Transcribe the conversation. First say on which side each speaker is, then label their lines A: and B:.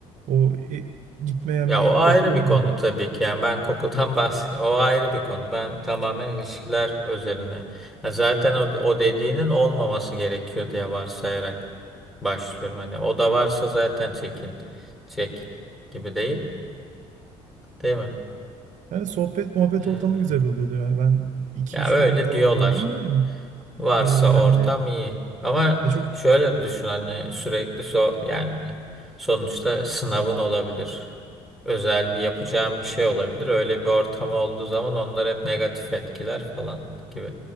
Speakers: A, on the right; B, in the centre.
A: O e, gitmeyen
B: Ya
A: bir
B: o ayrı
A: koku
B: bir
A: oluyordu.
B: konu tabii ki. Yani ben kokudan bahs <laughs> o ayrı bir konu. Ben tamamen ilişkiler üzerine. Ya zaten o, o dediğinin olmaması gerekiyor diye varsayarak başlıyorum. Hani o da varsa zaten çekil çek gibi değil, değil mi?
A: Yani sohbet muhabbet
B: Ee,
A: ortamı güzel oluyordu yani ben iki
B: ya
A: üç
B: öyle
A: gün falan
B: diyorlar.
A: kaldım da yani.
B: Varsa
A: E, yani
B: ortam iyi. Ama
A: ya çok
B: şöyle de düşün hani sürekli so yani sonuçta sınavın olabilir. özel bir yapacağım bir şey olabilir. Öyle bir ortam olduğu zaman onlar hep negatif etkiler falan gibi